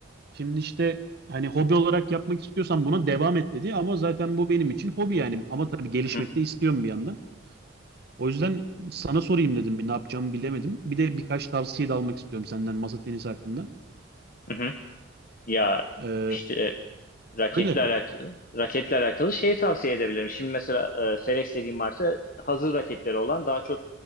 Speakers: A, on the right; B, on the left.
A: şimdi işte hani hobi olarak yapmak istiyorsan buna devam et dedi. Ama zaten bu benim için hobi yani. Ama tabii gelişmek
B: aha,
A: de istiyorum bir yandan. O yüzden sana sorayım dedim bir ne yapacağımı bilemedim. Bir de birkaç tavsiye de almak istiyorum senden masa tenisi hakkında.
B: aha. Ya
A: Ee,
B: işte e, raketle
A: öyle.
B: alakalı raketle alakalı şeyi tavsiye edebilirim. Şimdi mesela e, Selex dediğim marka hazır raketleri olan daha çok